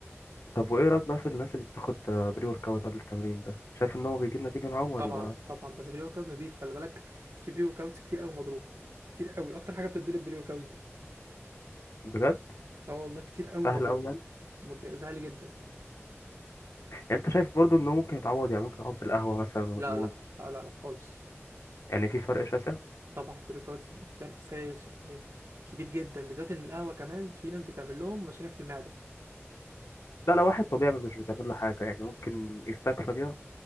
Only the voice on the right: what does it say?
طبعا طبعا بس بري ورك اوت نضيف خلي بالك في بري ورك اوتس كتير قوي مضروب كتير قوي اكتر حاجه بتتضرب بري ورك اوتس دي
اه والله كتير قوي
مضروب
مج- زعلي جدا
لا
لا لا لا لا خالص
طبعا بري ورك اوتس فرق سايش يعني كبير جدا بالذات ان القهوه كمان في ناس بتعمل لهم مشاكل في المعده